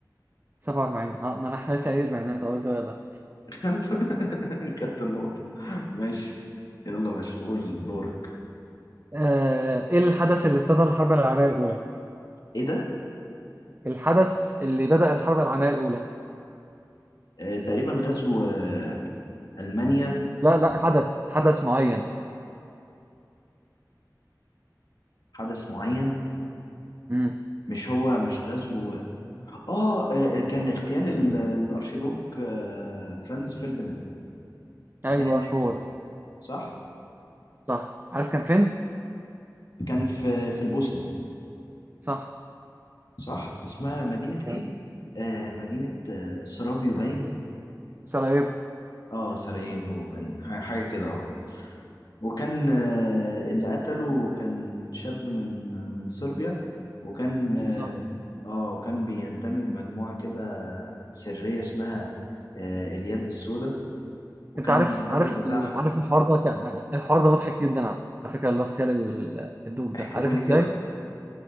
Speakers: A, on the right; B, on the left.
A: سبعة وأربعين اه ما أنا إحنا لسه قايل أربعينات أول زاوية ده
B: خدت <laughs> خدت النقطة ماشي يلا ماشي قول دورك
A: آه إيه الحدث اللي ابتدى الحرب العالمية الأولى؟
B: ايه ده
A: الحدث اللي بدأ الحرب العالمية الأولى
B: آه تقريبا غزو آه ألمانيا
A: لا لا حدث حدث معين
B: حدث معين
A: امم
B: مش هو مش غزو اه آه، كان اغتيال ال- الارشيدوك آه فرانز فرديناند
A: أيوه
B: بتاع النمسا
A: هو ده
B: صح
A: صح عارف كان فين؟
B: كان في في البوسنة
A: صح
B: صح اسمها مدينة
A: كان
B: ايه
A: في
B: آه مدينة آه سرافيو باين
A: سراييفو
B: اه سراييفو باين ح- حاجة كده اه وكان آه اللي قتله كان شاب من من صربيا وكان اه
A: بالظبط
B: آه، وكان بينتمي لمجموعة كده سرية اسمها آه اليد السوداء وكان
A: أنت عارف
B: الهدف
A: عارف
B: بتاعها
A: ال- عارف الحوار ده كان- الحوار ده مضحك جدا على فكرة اللي هو اغتيال ال- الدوب
B: احكيهولي
A: ده عارف إزاي؟
B: كده